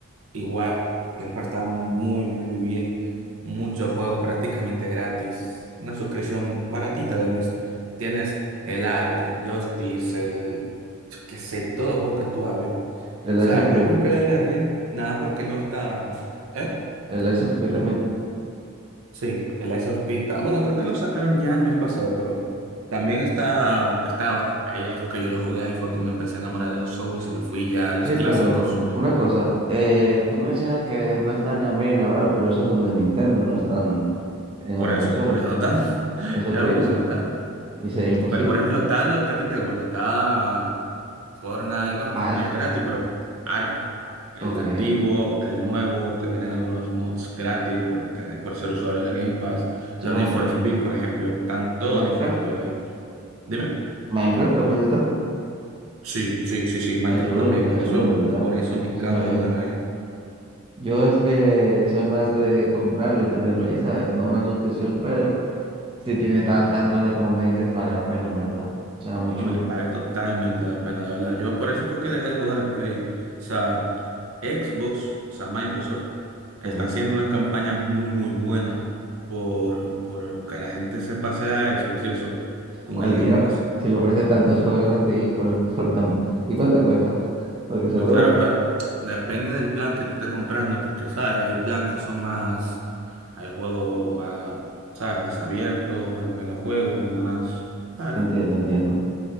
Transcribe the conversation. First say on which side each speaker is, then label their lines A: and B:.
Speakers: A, on the right; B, on the right.
A: igual el Game está muy, muy bien. Muchos juegos prácticamente gratis. Una suscripción baratita del mes. Tienes el Ark, Injustice, el, yo qué sé, todos los juegos que tú hables.
B: El
A: sea,
B: Lies of P.
A: yo compré el de Henry, nada porque no está. ¿Eh?
B: El Lies of P
A: Dime.
B: también.
A: Sí, el Ice Hospital. Bueno, creo que lo sacaron ya el mes pasado, pero también está, estaba. Ahí, ahí fue que yo lo jugué, ahí fue que me empecé a enamorar de los Souls y me fui ya a los
B: Sí,
A: clásicos.
B: pero una cosa, eh, tú mencionas que no está ni a mí ni a Brawl, pero esos son de Nintendo, no están en
A: Por
B: otra
A: eso,
B: consola.
A: por eso no están. <laughs>
B: Eso
A: Ya,
B: te digo.
A: por eso no están.
B: Ni sería imposible.
A: Pero por ejemplo, está lo que a ti te gusta, está Fortnite, bueno,
B: Ark,
A: Fortnite es gratis, pero Ark, el
B: ok.
A: antiguo, el nuevo, te vienen algunos mods gratis por, tener- por ser usuario de Game Pass,
B: Suena
A: los Need
B: muy
A: for
B: bonito.
A: Speed, por ejemplo, están todos
B: ¿Y Minecraft?
A: Need for Speed ahí. Dime.
B: Minecraft también está.
A: Sí, sí, sí, sí, Minecraft
B: Está chulo,
A: también,
B: está
A: por
B: chulo,
A: eso,
B: en verdad.
A: por eso me encanta
B: Suena bien.
A: jugar ahí.
B: Yo es que soy más de comprarlo y tenerlo ahí, ¿sabes? No una suscripción, pero si tiene tantas cosas como me dices, vale la pena, en verdad. Suena muy chulo.
A: Hombre, Vale totalmente la pena, de verdad. Yo por eso fue que dejé de jugar el Play. O sea, Xbox, o sea, Microsoft, está
B: Sí.
A: haciendo una campaña muy, muy buena por, por que la gente se pase a Xbox y eso con
B: Cualquiera.
A: el Game Pass.
B: Si le ofrece tantos juegos así, por, por tan- ¿y cuánto cuesta? <laughs> Porque
A: Hombre,
B: seguro
A: claro,
B: es barato.
A: a ver, depende del plan que tú estés comprando, porque, ¿sabes? Hay plan que son más, hay juegos más, ¿sabes? Más abiertos, hay menos juegos, hay más tal.
B: Entiendo, entiendo.